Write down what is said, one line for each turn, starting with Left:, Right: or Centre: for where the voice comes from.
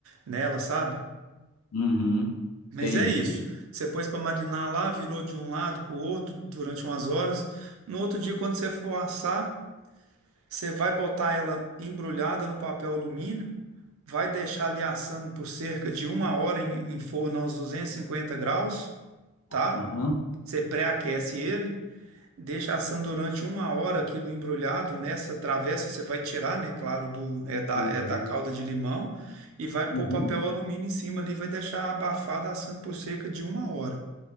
Right: nela, sabe?
Left: Uhum,
Right: Mas
Left: entendi.
Right: é isso. Você pôs para marinar lá, virou de um lado para o outro durante umas horas. No outro dia, quando você for assar você vai botar ela embrulhada no papel alumínio, vai deixar ali assando por cerca de uma hora em, em forno a uns 250 graus, tá?
Left: Aham,
Right: Você pré-aquece ele, deixa assando durante uma hora aquilo embrulhado. Nessa travessa você vai tirar, né, claro, do, é da,
Left: beleza.
Right: é da calda de limão e vai
Left: Uhum.
Right: pôr o papel alumínio em cima ali, vai deixar abafada assando por cerca de uma hora.